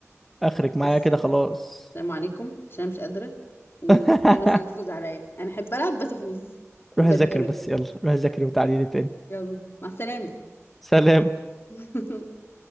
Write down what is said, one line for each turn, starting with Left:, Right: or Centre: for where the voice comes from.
Centre: اخرك معايا
Left: بص
Centre: كده خلاص
Left: السلام عليكم عشان أنا مش قادرة ومحبش
Centre: <laughs>
Left: الناس اللي تفوز عليا أنا أحب ألعب بس أفوز
Centre: روح
Left: بتضايق
Centre: ذاكر بس يلا روح ذاكر وتعالي لي تاني
Left: يلا مع السلامة
Centre: سلام
Left: <laughs>